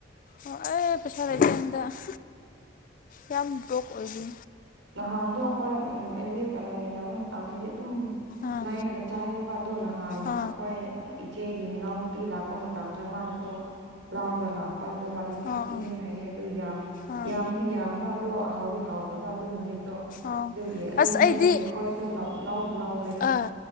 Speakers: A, on the left; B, on the right.
A: ꯑꯣ ꯑꯩ ꯄꯩꯁꯥ ꯂꯩꯇꯦꯗ ꯍꯟꯗꯛ ꯌꯥꯝ ꯕ꯭ꯔꯣꯛ ꯑꯣꯏꯔꯤ
B: ꯅꯍꯥꯟꯗꯣ ꯑꯩꯈꯣꯏ ꯎꯝ ꯑꯦꯔꯤꯒ ꯂꯩꯥꯏꯃꯤꯟꯅꯕ ꯃꯇꯝꯗꯗꯤ ꯑꯗꯨꯝ
A: ꯑꯥ
B: ꯂꯩꯔꯒ ꯆꯥꯏꯑꯦꯕ ꯑꯗꯨ ꯅꯍꯥꯟ
A: ꯑꯥ
B: ꯑꯩꯈꯣꯏ ꯏꯆꯦꯒꯤ ꯃꯅꯥꯎꯅꯨꯄꯤ ꯂꯥꯛꯄ ꯃꯇꯝꯗ ꯃꯥꯅꯁꯨ ꯂꯥꯎꯔꯒ ꯂꯥꯛꯄ ꯑꯗꯨ ꯋꯥꯟ ꯐꯤꯐꯐꯇꯤꯅꯤ
A: ꯑꯥ ꯑꯥ
B: ꯍꯥꯏꯌꯦ ꯑꯗꯣ ꯌꯥꯝ
A: ꯑꯥ
B: ꯌꯥꯝꯗꯤ ꯌꯥꯝꯕ ꯑꯗꯣ ꯍꯥꯎꯗꯤ ꯍꯥꯎꯗꯕ ꯑꯗꯨ ꯅꯨꯃꯤꯠ ꯇꯣ
A: ꯑꯥ
B: ꯑꯗꯨꯒꯤ ꯑꯗꯨ
A: ꯑꯁ
B: ꯃꯇꯨꯡꯗꯒꯤ
A: ꯑꯩꯗꯤ
B: ꯑꯩꯈꯣꯏꯁꯨ ꯂꯧꯥ ꯂꯧꯗ꯭ꯔꯦꯗ
A: ꯑꯥ